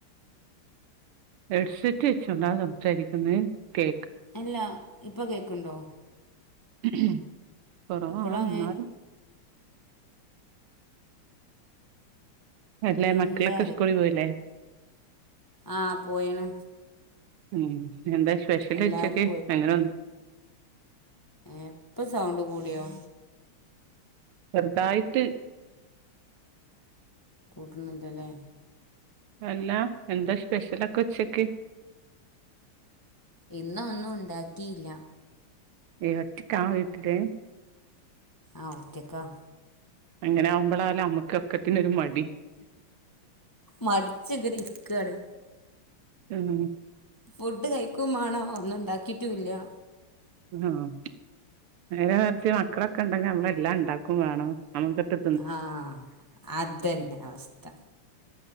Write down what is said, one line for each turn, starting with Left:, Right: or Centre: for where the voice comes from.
Right: ഹെഡ്സെറ്റ് വെച്ചോണ്ടാ സംസാരിക്കുന്നേ കേ
Left: അല്ല ഇപ്പ കേക്കണ്ടോ
Right: <unintelligible> കുറാവാണ്
Left: ഇപ്പോഴും അങ്ങെ
Right: എന്നാലും അല്ലെ മക്കളൊക്കെ
Left: എന്താ
Right: സ്കൂളിൽ പോയില്ലേ
Left: ആഹ് പോയേണ്
Right: ഉം എന്താ സ്പെഷ്യല്
Left: എല്ലാരും
Right: ഉച്ചക്ക് അങ്ങനെ
Left: എപ്പ സൗണ്ട് കൂടിയോ
Right: ചെറുതായിട്ട്
Left: പോകുന്നതല്ലേ
Right: അല്ല എന്താ സ്പെഷ്യല് ആക്കെ ഉച്ചക്ക്
Left: ഇന്നൊന്നും ഉണ്ടാക്കിയില്ല
Right: നീ ഒറ്റയ്ക്ക് ആണോ വീട്ടില്
Left: ആഹ് ഒറ്റക്കാ
Right: അങ്ങനെ ആവുമ്പോളാല്ലേ അമ്മക്കൊക്കത്തിനൊരു മടി
Left: മടിച്ചങ്ങനെ ഇരിക്കയാണ്
Right: ഉം
Left: ഫുഡ് കഴിക്കുംമാണം ഒന്നുണ്ടാക്കിട്ടുല്ല്യ
Right: ആഹ് നേരെ മറിച്ച് മക്കളൊക്കെ ഉണ്ടെങ്കി നമ്മളെല്ലാം ഉണ്ടാക്കും വേണം ആമക്ക് ട്ട്
Left: ആഹ് അതെന്നെ അവസ്ഥ